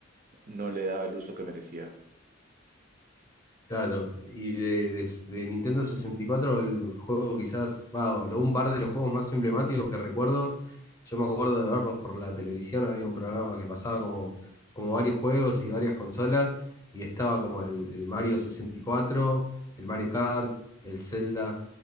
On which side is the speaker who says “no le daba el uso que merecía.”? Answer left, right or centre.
Right